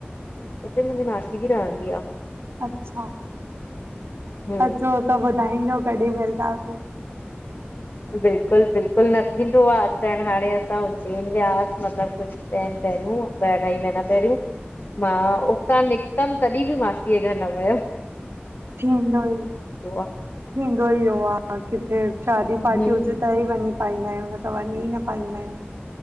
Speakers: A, on the left; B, on the right.
A: उते मुंहिंजी मासी बि रहंदी आ।
B: अच्छा
A: हम्म
B: अचो त ॿुधाईजों कॾहिं मिलदासीं।
A: बिल्कुल बिल्कुल न थींदो आहे अचण हाणे असां। देन व्यास मतलब कुछ टाइम पहरियूं ॿ अढाई महीना पहरियूं। मां उतां निकतम तॾहिं बि मासींय घर न वयम्।
B: थींदो ई थींदो
A: आ
B: ई हो आ। आऊ किथे शादी पार्टी
A: हम्म
B: हुजे त ई वञी पाईंदायूं न त वञी न पाईंदायूं।